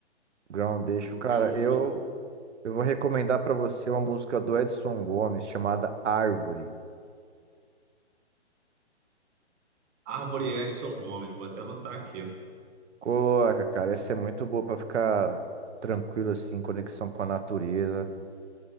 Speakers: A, on the right (about 85°); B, on the right (about 15°).
A: Groundation.
B: Eu
A: Cara,
B: tenho um-
A: eu,
B: eu-
A: eu vou recomendar pra você uma música do Edson Gomes chamada Árvore.
B: Árvore Edson Gomes, vou até anotar aqui.
A: Coloca, cara, essa é muito boa pra ficar tranquilo assim, em conexão com a natureza.